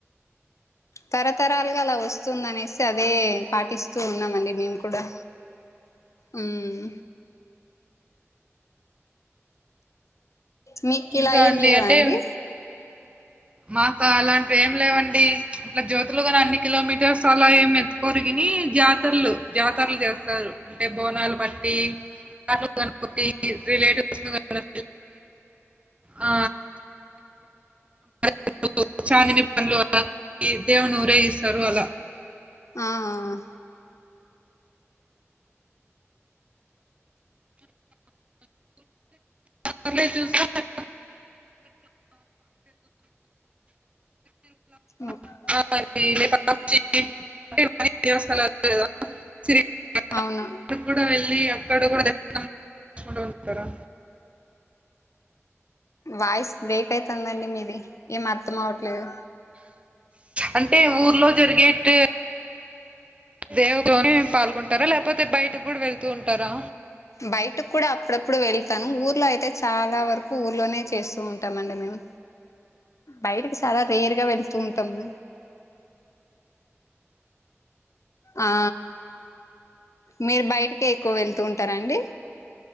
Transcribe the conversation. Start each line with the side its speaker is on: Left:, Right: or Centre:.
Left: తరతరాలుగా అలా వస్తుంది అనేసి అదే పాటిస్తూ ఉన్నామండి మేము కూడా హ్మ్ మీక్కి ఇలా
Right: ఇంకా
Left: ఏం లేవా
Right: అంటే
Left: అండి
Right: మాకు అలాంటివి ఏం లేవండి అట్లా జ్యోతులు కాని అన్ని కిలోమీటర్స్ అలా ఏం ఎత్తుకొరిగని జాతరలు జాతరలు చేస్తారు. అంటే బోనాలు బట్టి వాటిలా గణపతి రిలేటివ్స్ నా ఆ <inaudible> చాందిని బండ్లు అలా దేవుని ఊరేగిస్తారు అలా
Left: ఆ ఆ
Right: పర్లేదు చూసుకోవాలా <unintelligible>
Left: ఆహా
Right: <inaudible>
Left: అవునా
Right: అక్కడి కూడా వెళ్ళి అక్కడ కూడా దర్శనం తీసుకుంట ఉంటారా
Left: వాయిస్ బ్రేక్ అవుతుందండి మీది ఏం అర్థం అవట్లేదు.
Right: అంటే ఊర్లో జరిగేట్ దేవునుగోని పాల్గొంటారా లేకపోతే బయటకు కూడా వెళ్తూ ఉంటారా
Left: బయటకు కూడా అప్పుడప్పుడు వెళ్తాను ఊర్లో అయితే చాలా వరకు ఊర్లోనే చేస్తూ ఉంటాం అండి మేము బయటకి చాలా రేరుగా వెళుతూ ఉంటాము ఆ మీరు బయటికే ఎక్కువ వెలుతూ ఉంటారాండి